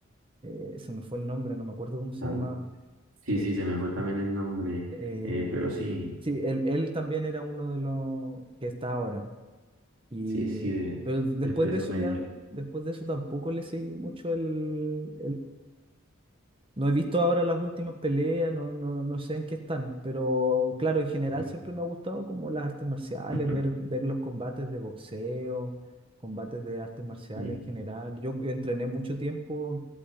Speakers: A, on the right (about 25°); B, on the right (about 65°).
A: Eh, se me fue el nombre, no me acuerdo cómo se
B: Tam-
A: llamaba.
B: Sí,
A: El,
B: sí, se me fue también el nombre,
A: eh,
B: eh, pero sí,
A: sí, él, él también era uno de los que está ahora. Y,
B: sí, sí, de,
A: pero después
B: de peso
A: de eso
B: medio.
A: ya, después de eso tampoco le seguí mucho el, No he visto ahora las últimas peleas, no, no, no sé en qué están, pero claro, en general
B: Sí.
A: siempre me ha gustado como las artes marciales,
B: <clears throat>
A: ver, ver los combates de boxeo, combates de artes marciales
B: Sí.
A: en general. Yo entrené mucho tiempo,